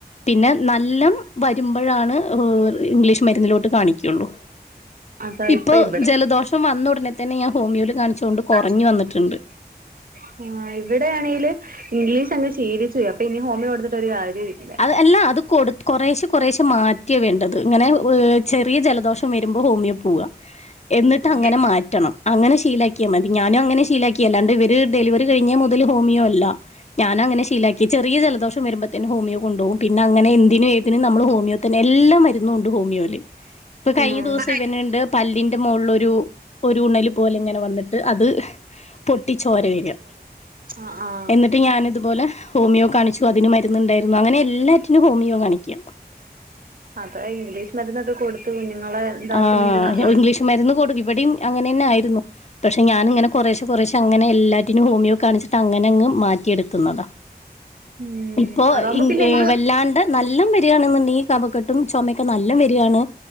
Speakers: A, on the left; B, on the right.
A: പിന്നെ നല്ലം വരും ആണ് ഇംഗ്ലീഷ് മരുന്നിലോട്ട് കാണിക്കുള്ളൂ.
B: ആ അതാ
A: ഇപ്പോ
B: ഇപ്പൊ ഇവിടെ
A: ജലദോഷ ഷം വന്നുടന തന്നെ ഞാ ഹോമിയോല് കാണിച്ചോണ്ട്, കുറഞ്ഞു
B: കാണിച്ചോണ്ട്
A: വന്നിട്ടുണ്ട്
B: <unintelligible> ആഹ് ഇവിടെയാണെങ്കില് ഇംഗ്ലീഷ് അങ്ങ് ശീലിച്ചു പോയി. അപ്പൊ ഇനി ഹോമി കൊടുത്തിട്ട് ഒരു കാര്യല്ല.
A: അത് എല്ലാ അത് കൊടു കുറേശ കുറേശ മാറ്റിയാണ് വേണ്ടത്. ഇങ്ങനെ ചെറിയ ജലദോഷം വരുമ്പോൾ ഹോമിയോ പോവ. എന്നിട്ട്
B: ആ
A: അങ്ങനെ മാറ്റണം. അങ്ങനെ ശീലാക്കിയാ മതി. ഞാനും അങ്ങനെ ശീലാക്കിയല്ലാണ്ട്, ഇവര് ഡെലിവറി കഴിഞ്ഞ മുതൽ ഹോമിയോ അല്ല. ഞാനങ്ങനെ ശീലാക്കി. ചെറിയ ജലദോഷം വരുമ്പോത്തിനും ഹോമിയോ, കൊണ്ടോകും. പിന്നെ അങ്ങനെ എന്തിനും ഏതിനും നമ്മള് ഹോമിയോത്തന്നെ, എല്ലാം മരുന്നും ഉണ്ട് ഹോമിയോല്. ഇപ്പൊ
B: ഉം
A: കഴിഞ്ഞ ദിവസം ഇവനുണ്ട് പല്ലിൻ ന്റെ മോളില് ഒരു ഉണല് പോലെ ഇങ്ങനെ വന്നിട്ട് അത്, പൊട്ടിച്ചോര വര്യ.
B: ആ ആ
A: എന്നിട്ട് ഞാൻ ഇതുപോലെ, ഹോമിയോ കാണിച്ചു. അതിന് മരുന്നുണ്ടായിരുന്നു. അങ്ങനെ എല്ലാറ്റിനും ഹോമിയോ കാണിക്ക.
B: അതാ ഇംഗ്ലീഷ് മരുന്നൊക്കെ കൊടുത് കുഞ്ഞുങ്ങളെ, ഇതാക്കുന്നത്
A: ആഹ
B: നല്ലത്
A: ഇംഗ്ലീഷ് മരുന്ന് കൊടു ഇവിടിം അങ്ങനെ തന്നെ ആയിരുന്നു. പക്ഷെ ഞാനിങ്ങനെ, കുറേശ കുറേശ അങ്ങനെ എല്ലാറ്റിനും ഹോമിയോ കാണിച്ചിട്ട് അങ്ങനെങ് മാറ്റിയെടുക്കുന്നതാ.
B: ഉം
A: ഇപ്പോ
B: അതാവുമ്പോ
A: ഇങ്
B: പിന്നെ എനിക്ക്
A: വല്ലാണ്ട്, നല്ലം വരികയാണെന്നു ണ്ടെങ്കിൽ കഫക്കെട്ടും ചുമൊക്കെ നല്ലം വരികയാണ്.